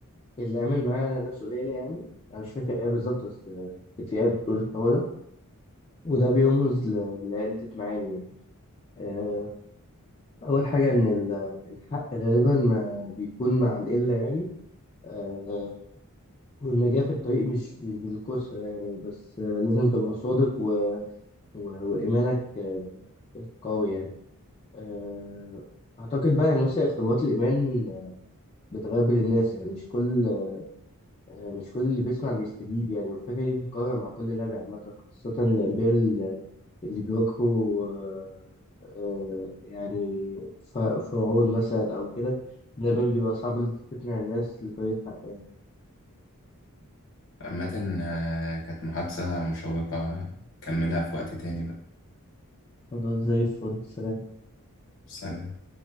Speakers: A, on the left; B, on the left.
A: اللي آمن معاه ناس قليلة يعني أنا مش فاكر إيه بالظبط بس آه، كانت في آية بتقول الحوار ده وده بيرمز ل- لعدة معاني يعني آه أول حاجة إن ال- الحق غالبا ما بيكون مع القلة يعني آه، والنجاة في الطريق مش مش بالكثرة يعني بس آه، لازم تبقى صادق و... و... وإيمانك آه، قوي يعني آه، أعتقد بقى يعني مثلا اختبارات الإيمان آه، بتغير الناس يعني مش كل آه، مش كل اللي بيسمع بيستجيب يعني والفكرة دي بتتكرر مع كل نبي عامة خاصة الأنبياء اللي اللي بيواجهوا آه، آه، يعني ف- فرعون مثلا أو كده ده بيبقى صعب إن أنت تقنع الناس لطريق الحق يعني
B: عامة كانت محادثة مشوقة كملها في وقت تاني بقى
A: خلاص زي الفل سلام
B: سلام